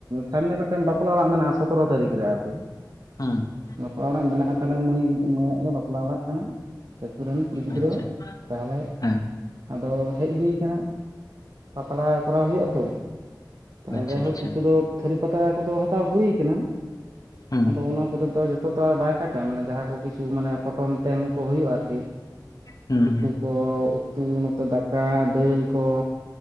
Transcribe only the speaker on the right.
ᱥᱟᱢᱱᱮ ᱢᱤᱫᱴᱟᱝ ᱵᱟᱯᱞᱟ ᱚᱲᱟᱜ ᱢᱮᱱᱟᱜᱼᱟ ᱥᱚᱛᱨᱚ ᱛᱟᱹᱨᱤᱠᱷ ᱨᱮ ᱟᱨᱠᱤ
ᱵᱟᱯᱞᱟ ᱚᱲᱟᱜ ᱢᱮᱱᱟᱜᱼᱟ ᱛᱟᱦᱚᱞᱮ ᱢᱟᱹᱭ ᱢᱟᱹᱭ ᱟᱜ ᱜᱮ ᱵᱟᱯᱞᱟ ᱵᱟᱯᱞᱟ ᱚᱲᱟᱜ ᱠᱟᱱᱟ ᱟᱹᱛᱩ ᱨᱮᱱ ᱠᱩᱲᱤ ᱜᱤᱫᱽᱨᱟᱹ
ᱟᱜ ᱛᱟᱦᱚᱞᱮ
ᱟᱫᱚ ᱦᱮᱡ ᱦᱩᱭ ᱠᱟᱱᱟ ᱯᱟᱛᱲᱟ ᱠᱚᱨᱟᱣ ᱦᱩᱭᱩᱜᱼᱟ ᱛᱚ ᱛᱟᱦᱚᱞᱮ
ᱡᱟᱭᱦᱳᱠ
ᱠᱤᱪᱷᱩ ᱫᱚ ᱛᱷᱟᱹᱨᱤ ᱯᱟᱛᱲᱟ ᱠᱚᱫᱚ ᱦᱟᱛᱟᱣ ᱦᱩᱭ ᱠᱟᱱᱟ
ᱟᱫᱚ ᱚᱱᱟ ᱠᱚᱛᱮ ᱛᱚ ᱡᱚᱛᱚ ᱛᱚ ᱵᱟᱭ <unintelligible> ᱢᱟᱱᱮ ᱡᱟᱦᱟᱸ ᱠᱚ ᱠᱤᱪᱷᱩ ᱢᱟᱱᱮ ᱯᱚᱴᱚᱢ ᱛᱮᱱ ᱠᱚ ᱦᱩᱭᱩᱜᱼᱟ ᱟᱨᱠᱤ
ᱩᱛᱩ
ᱠᱚ ᱩᱛᱩ ᱱᱚᱛᱮ ᱫᱟᱠᱟ ᱫᱟᱹᱞ ᱠᱚ